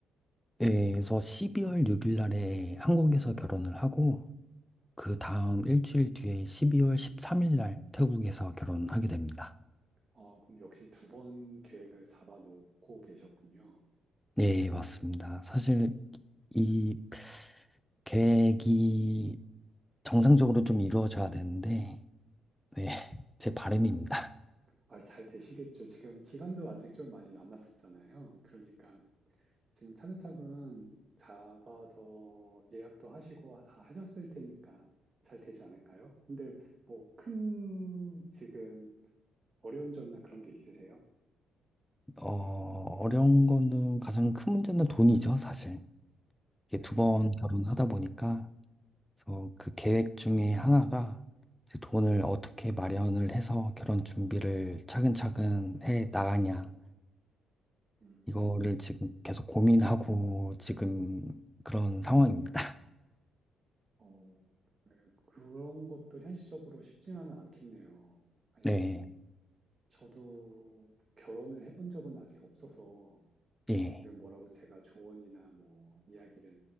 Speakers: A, in the centre; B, on the right.
A: 네, 그래서 12월 6일 날에 한국에서 결혼을 하고 그 다음 일주일 뒤에 12월 13일 날 태국에서 결혼하게 됩니다.
B: 아, 그럼 역시 두 번 계획을 잡아놓고 계셨군요.
A: 네, 맞습니다. 사실 이 계획이 정상적으로 좀 이루어져야 되는데 네, <laughs> 제 바람입니다.
B: 아, 잘 되시겠죠. 지금 기간도 아직 좀 많이 남았었잖아요. 그러니까 지금 차근차근 잡아서 예약도 하시고 다 하셨을 테니까 잘 되지 않을까요? 근데 뭐 큰 지금 어려운 점이나 그런 게 있으세요?
A: 어, 어려운 거는 가장 큰 문제는 돈이죠, 사실. 이게
B: 네.
A: 두 번 결혼하다 보니까 그래서 그 계획 중에 하나가 이제 돈을 어떻게 마련을 해서 결혼 준비를 차근차근 해 나가냐.
B: 음.
A: 이거를 지금 계속 고민하고 지금 그런 상황입니다.
B: 어, 네, 그런 것도 현실적으로 쉽지만은 않겠네요.
A: <laughs>
B: 아니,
A: 네,
B: 저도 결혼을 해본 적은 아직 없어서
A: 네,
B: 지금 뭐라고 제가 조언이나 뭐 이야기를